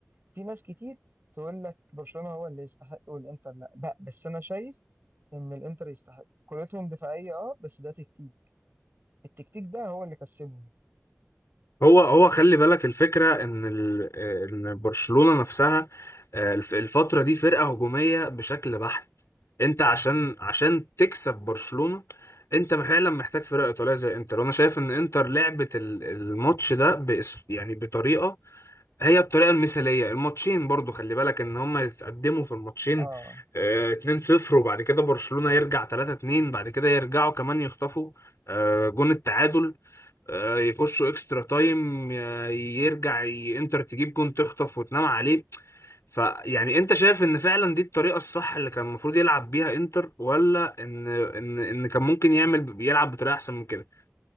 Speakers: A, on the right; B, on the left.
A: في ناس كتير تقول لك برشلونة هو اللي يستحق والانتر لا بقى بس انا شايف ان الانتر يستحق كورتهم دفاعية اه بس ده تكتيك التكتيك ده هو اللي كسبهم
B: هو هو خلي بالك الفكرة ان ال آه، ان برشلونة نفسها آه، الف- الفترة دي فرقة هجومية بشكل بحت انت عشان عشان تكسب برشلونة انت فعلا محتاج فرقة ايطالية زي انتر وانا شايف ان انتر لعبت ال- الماتش ده بأس يعني بطريقة هي الطريقة المثالية الماتشين برضو خلي بالك ان هما يتقدموا في الماتشين
A: اه
B: آه، 2-0 وبعد كده برشلونة يرجع 3-2 بعد كده يرجعوا كمان يخطفوا آه، جون التعادل آه، يخشوا اكسترا تايم آه، يرجع ي- انتر تجيب جون تخطف وتنام عليه فيعني انت شايف ان فعلا دي الطريقة الصح اللي كان المفروض يلعب بيها انتر ولا ان ان ان كان ممكن يعمل يلعب بطريقة احسن من كده